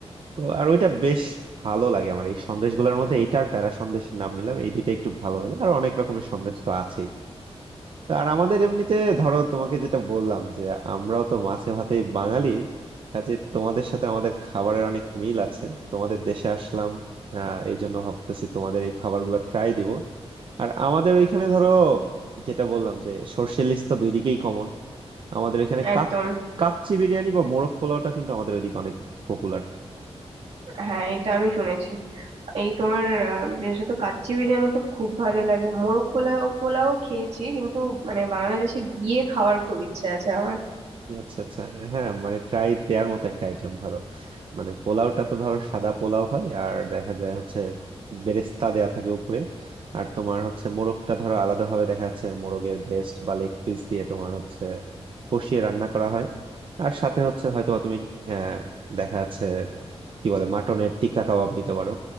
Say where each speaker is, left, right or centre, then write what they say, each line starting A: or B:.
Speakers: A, on the right; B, on the right.
A: তো আর ওইটা বেশ ভালো লাগে আমার এই সন্দেশগুলোর মধ্যে এইটার প্যারা সন্দেশের নাম নিলাম এই দুইটা একটু ভালো লাগে আর অনেক রকমের সন্দেশ তো আছেই তো আর আমাদের এমনিতে ধরো তোমাকে যেটা বললাম যে আমরাও তো মাছে ভাতেই বাঙালি কাজে তোমাদের সাথে আমাদের খাবারের অনেক মিল আছে তোমাদের দেশে আসলাম আহ এই জন্য ভাবতেছি তোমাদের এই খাবারগুলো ট্রাই দিব আর আমাদের ওইখানে ধরো যেটা বললাম যে সর্ষে ইলিশ তো দুই দিকেই কমন আমাদের এখানে
B: একদম
A: কাচ- কাচ্চি বিরিয়ানি বা মোরগ পোলাওটা কিন্তু আমাদের ওইদিকে অনেক পপুলার
B: হ্যাঁ এটা আমি শুনেছি এই তোমার আহ, বিশেষত কাচ্চি বিরিয়ানি তো খুব ভালো লাগে মোরগ পোলাও পোলাও খেয়েছি কিন্তু মানে বাংলাদেশে গিয়ে খাওয়ার খুব ইচ্ছে আছে আমার
A: আচ্ছা আচ্ছা হ্যাঁ মানে ট্রাই দেওয়ার মতো একটা আইটেম ধরো মানে পোলাওটা তো ধরো সাদা পোলাও হয় আর দেখা যায় হচ্ছে বেরেস্তা দেয়া থাকে উপরে আর তোমার হচ্ছে মোরগটা ধরো আলাদা ভাবে দেখা যাচ্ছে মোরগের ব্রেস্ট বা লেগ পিস দিয়ে তোমার হচ্ছে কষিয়ে রান্না করা হয় আর সাথে হচ্ছে হয়তো তুমি আহ দেখা যাচ্ছে কি বলে মাটনের টিক্কা কাবাব নিতে পারো